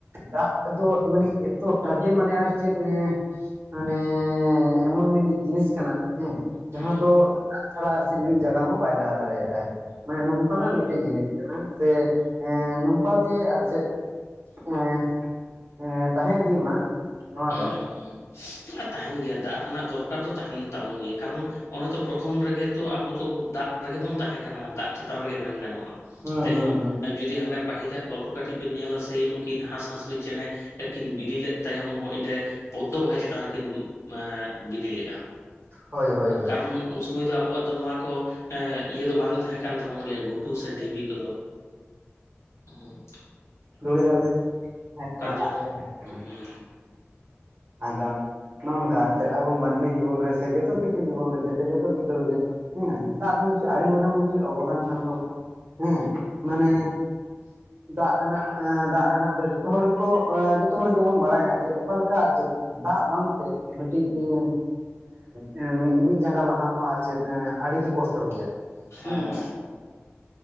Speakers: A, on the right; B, on the left.
A: ᱫᱟᱜ᱾ ᱟᱫᱚ ᱢᱟᱱᱮ ᱮᱛᱚᱴᱟ ᱜᱮ ᱢᱟᱱᱮ ᱟᱨ ᱪᱮᱫ ᱮᱻ ᱢᱟᱱᱮ ᱮᱢᱚᱱ ᱢᱤᱫ ᱡᱤᱱᱤᱥ ᱠᱟᱱᱟ ᱦᱮᱸ ᱡᱟᱦᱟᱸ
B: ᱦᱮᱸ
A: ᱫᱚ᱾ ᱛᱟ ᱪᱷᱟᱲᱟ ᱟᱨ ᱪᱮᱫ ᱢᱤᱫ ᱡᱟᱸᱜᱟ ᱦᱚᱸ ᱵᱟᱭ ᱞᱟᱦᱟ ᱫᱟᱲᱮᱭᱟᱜᱼᱟᱭ᱾ ᱢᱟᱱᱮ ᱱᱚᱝᱠᱟᱱᱟᱜ
B: ᱦᱮᱸ
A: ᱢᱤᱫᱴᱮᱡ ᱡᱤᱱᱤᱥ ᱠᱟᱱᱟ ᱥᱮ ᱮᱻ ᱱᱚᱝᱠᱟ ᱜᱮ ᱟᱨ ᱪᱮᱫ᱾ ᱮᱻ ᱮᱻ ᱛᱟᱦᱮᱸ ᱤᱫᱤᱜ ᱢᱟ᱾ ᱱᱚᱣᱟ
B: ᱦᱩᱸ
A: ᱫᱚ
B: ᱦᱩᱸ ᱟᱨ ᱛᱟᱦᱮᱱ ᱜᱮᱭᱟ ᱫᱟᱜ ᱨᱮᱱᱟᱜ ᱫᱚᱨᱠᱟᱨ ᱫᱚ ᱛᱟᱦᱮᱱ ᱛᱟᱵᱚᱱ ᱜᱮᱭᱟ ᱠᱟᱨᱚᱱ ᱚᱱᱮ ᱛᱚ ᱯᱨᱚᱛᱷᱚᱢ ᱨᱮᱜᱮ ᱛᱚ ᱟᱵᱚ ᱫᱚ ᱫᱟᱜ ᱨᱮᱜᱮ ᱵᱚᱱ ᱛᱟᱦᱮᱸᱠᱟᱱᱟ ᱫᱟᱜ ᱪᱮᱛᱟᱱ ᱨᱮᱜᱮ ᱢᱮᱱ ᱜᱟᱱᱚᱜᱼᱟ᱾
A: ᱦᱩᱸ
B: ᱛᱮᱦᱮᱧ
A: ᱦᱩᱸ ᱦᱩᱸ
B: ᱡᱩᱫᱤ ᱦᱟᱱᱮ ᱯᱟᱹᱦᱤᱞᱟᱜ ᱜᱚᱞᱯᱚ ᱠᱟᱹᱴᱤᱡ ᱵᱮᱱ ᱧᱮᱞᱟ ᱥᱮᱭ ᱩᱱᱠᱤᱱ ᱦᱟᱸᱥ ᱦᱟᱸᱥᱞᱤ ᱪᱮᱬᱮ ᱟᱹᱠᱤᱱ ᱵᱤᱞᱤ ᱞᱮᱫ ᱛᱟᱭᱚᱢ ᱦᱚᱸ ᱛᱮ ᱯᱚᱫᱽᱫᱚ ᱵᱟᱦᱟ ᱪᱮᱛᱟᱱ ᱨᱮᱠᱤᱱ ᱮᱻ ᱵᱤᱞᱤ ᱞᱮᱫᱼᱟ
A: ᱦᱳᱭ ᱦᱳᱭ ᱦᱳᱭ
B: ᱠᱟᱨᱚᱱ ᱩᱱ ᱥᱚᱢᱚᱭ ᱫᱚ ᱟᱵᱚᱣᱟᱜ ᱫᱚ ᱱᱚᱣᱟ ᱠᱚ ᱤᱭᱟᱹ ᱫᱚ ᱵᱟᱝ ᱛᱟᱦᱮᱸ ᱠᱟᱱ ᱛᱟᱵᱚᱱ ᱜᱮᱭᱟ ᱜᱷᱩᱴᱩ ᱥᱮ ᱰᱷᱤᱯᱤ ᱠᱚᱫᱚ᱾ ᱦᱩᱸ
A: ᱫᱷᱩᱲᱤ ᱫᱷᱟᱨᱮᱛᱮ ᱛᱟᱦᱮ ᱠᱟᱱᱟ ᱫᱟᱜ
B: ᱫᱚ
A: ᱛᱮ ᱛᱟᱦᱮᱸ ᱠᱟᱱᱟ
B: ᱦᱩᱸ
A: ᱾ ᱟᱫᱚ ᱱᱚᱝᱠᱟ ᱥᱮ ᱟᱵᱚ ᱢᱟᱹᱱᱢᱤ ᱡᱤᱵᱚᱱ ᱨᱮ ᱥᱮ ᱡᱚᱛᱚ ᱠᱤᱪᱷᱩ ᱡᱤᱵᱚᱱ ᱨᱮᱜᱮ ᱥᱮ ᱡᱚᱛᱚ ᱠᱤᱪᱷᱩ ᱨᱮᱜᱮ, ᱦᱮᱸ ᱫᱟᱜ ᱫᱚ ᱢᱤᱫᱴᱤᱡ ᱟᱹᱰᱤ ᱢᱟᱨᱟᱝ ᱢᱤᱫᱴᱤᱡ ᱚᱵᱚᱫᱟᱱ ᱠᱟᱱ ᱛᱟᱵᱚᱱᱟ ᱦᱮᱸ ᱢᱟᱱᱮ, ᱫᱟᱜ ᱨᱮᱱᱟᱜ ᱫᱟᱜ ᱨᱮᱱᱟᱜ ᱫᱚ ᱡᱚᱛᱚ ᱦᱚᱲ ᱜᱮᱠᱚ ᱡᱚᱛᱚ ᱦᱚᱲ ᱜᱮᱵᱚᱱ ᱵᱟᱲᱟᱭᱟ ᱡᱮ ᱚᱠᱟ ᱞᱮᱠᱟ ᱟᱨ ᱪᱮᱫ, ᱫᱟᱜ ᱵᱟᱝᱛᱮ ᱢᱤᱫᱴᱤᱡ ᱩᱢᱻ ᱦᱮᱸ ᱢᱤᱫ ᱢᱤᱫ ᱡᱟᱸᱜᱟ ᱞᱟᱦᱟ ᱦᱚᱸ ᱟᱨ ᱪᱮᱫ ᱟᱹᱰᱤ ᱜᱮ ᱠᱚᱥᱴᱚ ᱜᱮᱭᱟ ᱾
B: ᱦᱮᱸ
A: ᱦᱩᱸ